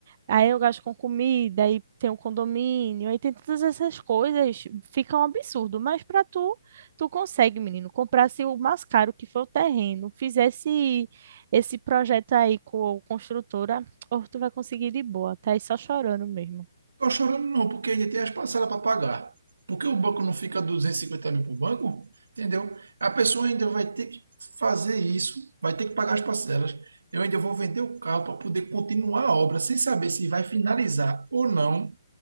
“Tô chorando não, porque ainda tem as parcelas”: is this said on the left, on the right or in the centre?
Right